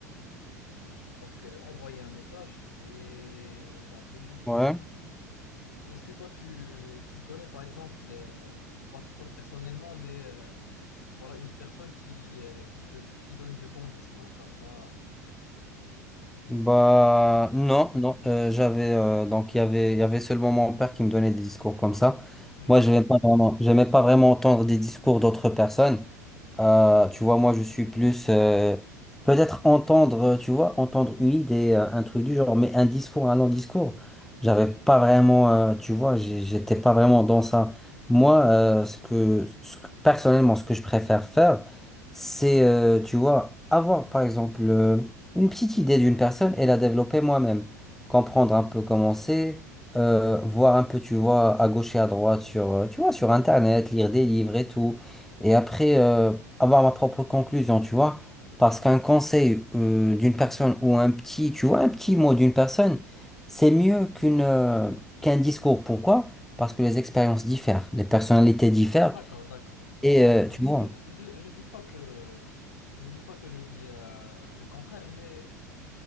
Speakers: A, on the left; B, in the centre.
A: f- f- donc euh, envoyer un message. Et bon, je voulais juste
B: ouais.
A: euh, est-ce que toi, tu, tu connais, par exemple, euh, pas, pas personnellement, mais euh, voilà, une personne qui, euh, qui te, qui donne de bons discours comme ça?
B: Bah non, non, euh, j'avais euh, donc il y avait il y avait seulement mon père qui me donnait des discours comme ça.
A: <laughs>
B: Moi,
A: Ok.
B: j'aimais pas vraiment, j'aimais pas vraiment entendre des discours d'autres personnes. Euh, tu vois, moi je suis plus euh, peut-être entendre, euh, tu vois, entendre une idée, euh, un truc du genre, mais un discours, un long discours, j'avais pas vraiment, euh, tu vois, j'ai- j'étais pas vraiment dans ça. Moi, euh, ce que, ce que- personnellement, ce que je préfère faire, c'est, euh, tu vois, avoir par exemple. euh, une petite idée d'une personne et la développer moi-même. Comprendre un peu comment c'est, euh, voir un peu, tu vois, à gauche et à droite sur, euh, tu vois, sur Internet, lire des livres et tout. Et après, euh, avoir ma propre conclusion, tu vois. Parce qu'un conseil, euh, d'une personne ou un petit, tu vois, un petit mot d'une personne, c'est mieux qu'une, euh, qu'un discours. Pourquoi? Parce que les expériences diffèrent, les personnalités diffèrent.
A: D'accord, d'accord.
B: Et,
A: Moi, je
B: euh,
A: dis,
B: tu vois.
A: je dis, je, je dis pas que, je dis pas que je dis euh, le contraire, mais